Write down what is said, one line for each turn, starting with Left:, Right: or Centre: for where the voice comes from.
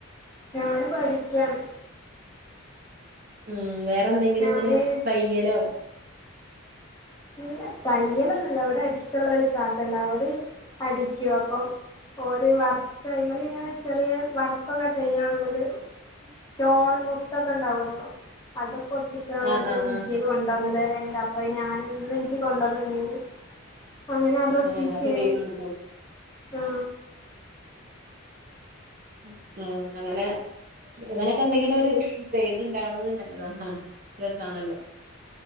Left: ഞാന് പഠി ക്കാണ്
Right: ഉം വേ പ്പ എന്തെങ്കിലും
Left: ഞാന്
Right: ഇങ്ങനെ തയ്യലോ
Left: പിന്ന തയ്യലൊന്നുമില്ല ഇവിടെ അടുത്തുള്ള ഒരു താത്ത ഉണ്ട് അവര് അടിക്കും അപ്പം ഒരു വർക്ക് <unintelligible> ഇങ്ങനെ ചെറിയ വർക്കൊക്കെ ചെയ്യാനുള്ളത് സ്റ്റോണ് മുത്തൊക്കെ ഉണ്ടാവുല്ലോ അതൊക്കെ ഒട്ടിക്കാനുള്ളത്
Right: ആഹ്
Left: <unintelligible>
Right: ആഹ് ആഹ്
Left: വരെടാ പ്പ ഞാന് ന്ന് എനിക്ക് കൊണ്ടുവ <unintelligible> അങ്ങനെ അത് ഒട്ടിച്ച്
Right: ഏഹ് അതൊക്കെ ചെയ്ത് കൊടുക്കോ
Left: ആ
Right: മ് അങ്ങനെ അങ്ങനെയൊക്കെ എന്തെങ്കിലും ഒരു ചെയ്ത്ണ്ടാവുന്നത് നല്ലതാണ് ത്താണല്ലോ